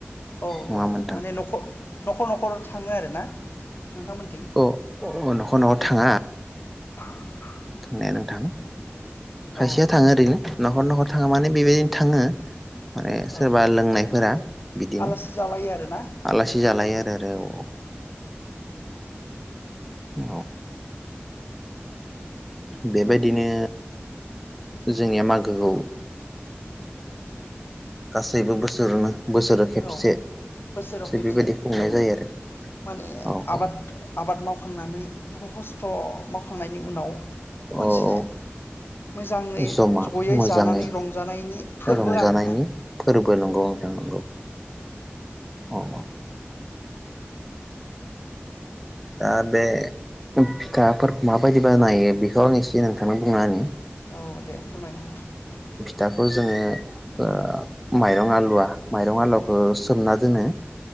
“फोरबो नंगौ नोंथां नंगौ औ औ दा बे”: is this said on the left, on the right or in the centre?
Centre